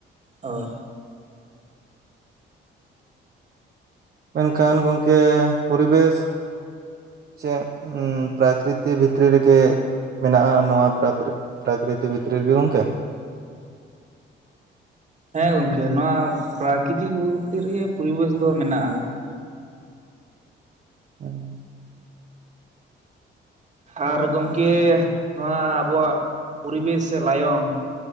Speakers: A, on the right (about 35°); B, on the right (about 50°).
A: ᱦᱳᱭ᱾
B: ᱢᱮᱱᱠᱷᱟᱱ ᱜᱚᱢᱠᱮ ᱯᱚᱨᱤᱵᱮᱥ ᱪᱮ ᱯᱨᱟᱠᱨᱤᱛᱤ ᱵᱷᱤᱛᱤᱨ ᱨᱮᱜᱮ ᱢᱮᱱᱟᱜᱼᱟ ᱱᱚᱣᱟ ᱯᱨᱟᱠᱨᱤᱛᱤ ᱵᱷᱤᱛᱨᱤ ᱨᱮᱜᱮ ᱜᱚᱝᱠᱮ᱾
A: ᱦᱮᱸ ᱜᱚᱢᱠᱮ ᱱᱚᱣᱟ ᱯᱨᱟᱠᱨᱤᱛᱤᱠ ᱵᱷᱤᱛᱨᱤ ᱨᱮᱜᱮ ᱯᱚᱨᱤᱵᱮᱥ ᱫᱚ ᱢᱮᱱᱟᱜ ᱟᱠᱟᱫᱟ᱾
B: ᱦᱮᱸ᱾
A: ᱟᱨ ᱜᱚᱢᱠᱮ ᱱᱚᱣᱟ ᱟᱵᱚᱣᱟᱜ ᱯᱚᱨᱤᱵᱮᱥ ᱥᱮ ᱞᱟᱭᱚᱝ